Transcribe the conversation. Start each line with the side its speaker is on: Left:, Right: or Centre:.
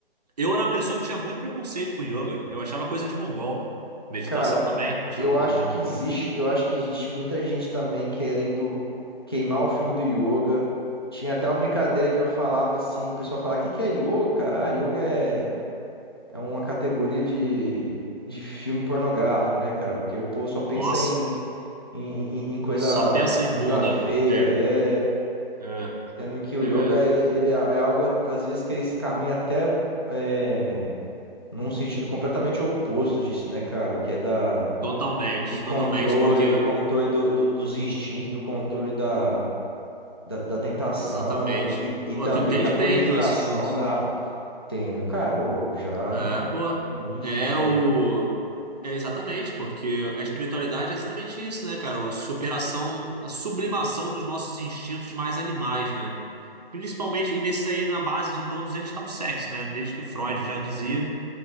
Right: Eu era uma pessoa que tinha muito preconceito com yoga. Eu achava coisa de mongol. Meditação
Left: Cara,
Right: também, achava
Left: eu
Right: coisa
Left: acho
Right: de mongol.
Left: que existe, eu acho que existe muita gente também querendo queimar o filme do yoga. Tinha até uma brincadeira que eu falava assim, o pessoal falava, o que que é yoga, cara? Ah, yoga é, é uma categoria de, de filme pornográfico, né, cara? Porque o povo só pensa
Right: Nossa,
Left: em, em, em- em coisa,
Right: só pensa
Left: em
Right: em
Left: coisa
Right: bunda.
Left: feia,
Right: É,
Left: é,
Right: é,
Left: sendo que
Right: nego
Left: o yoga,
Right: é
Left: ele, ele é é algo, às vezes, que ele se caminha até... é, num sentido completamente oposto disso, né, cara? Que é da,
Right: Totalmente,
Left: do controle,
Right: totalmente, porque.
Left: do controle do- do- dos instintos, do controle da, da, da tentação
Right: Exatamente,
Left: e, e,
Right: cara.
Left: e
Right: Pô,
Left: também
Right: tu entende
Left: da purificação
Right: bem do assunto.
Left: da. Entendo, cara, ô louco, já
Right: É, pô.
Left: tem muito
Right: É
Left: sobre isso daí,
Right: o.
Left: cara.
Right: É exatamente, porque a espiritualidade é exatamente isso, né, cara? A superação, a sublimação dos nossos instintos mais animais, né? Principalmente, e nesses aí, na base de todos eles está o sexo, né? Desde que Freud
Left: Então,
Right: já dizia,